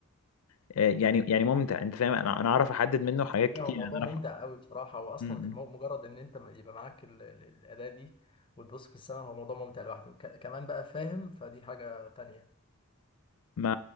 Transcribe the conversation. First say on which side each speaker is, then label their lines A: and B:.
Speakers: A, on the left (about 70°); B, on the left (about 25°).
A: يعني يعني ممتع انت فاهم انا انا اعرف احدد منه حاجات كتير
B: ايوه هو موضوع
A: يعني، انا
B: ممتع
A: اعرف
B: قوي بصراحه هو اصلا
A: م- م.
B: مو- مجرد ان انت يبقى معاك ال- ال- الاداه دي وتبص في السماء هو موضوع ممتع لوحده ك- كمان بقى فاهم فدي حاجه تانية
A: ما